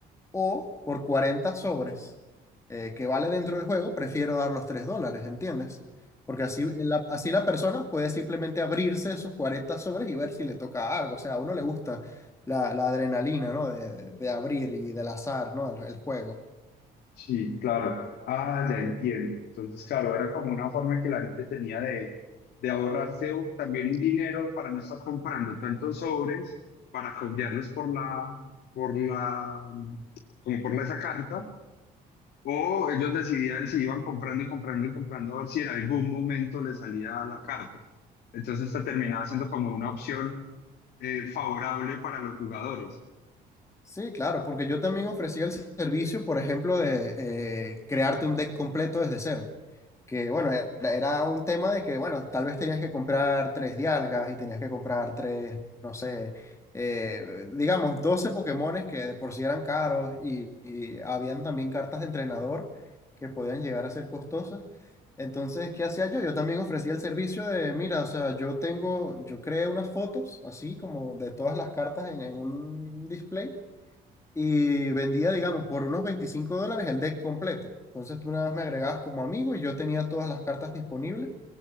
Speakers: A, on the left; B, on the left.
A: o por 40 sobres eh, que vale dentro del juego, prefiero dar los 3 dólares, ¿entiendes? Porque así la, así la persona puede simplemente abrirse esos 40 sobres y ver si le toca algo. O sea, a uno le gusta la, la adrenalina, ¿no? De, de abrir y del azar, ¿no? el el juego.
B: Sí, claro. Ah, ya entiendo. Entonces, claro, era como una forma que la gente tenía de, de ahorrarse un- también un dinero para no estar comprando tantos sobres, para cambiarlos por la, por la, como por la- esa carta, o ellos decidían si iban comprando y comprando y comprando a ver si en algún momento les salía la carta. Entonces, esta terminaba siendo como una opción eh, favorable para los jugadores.
A: Sí, claro, porque yo también ofrecía el servicio, por ejemplo, de eh, crearte un deck completo desde cero. Que bueno, era, era un tema de que, bueno, tal vez tenías que comprar tres dialgas y tenías que comprar tres, no sé, eh, digamos, 12 Pokémones que de por sí eran caros y, y habían también cartas de entrenador que podían llegar a ser costosas. Entonces, ¿qué hacía yo? Yo también ofrecía el servicio de, mira, o sea, yo tengo, yo creé unas fotos así como de todas las cartas en en un display y vendía, digamos, por unos 25 dólares el deck completo. Entonces tú nada más me agregabas como amigo y yo tenía todas las cartas disponibles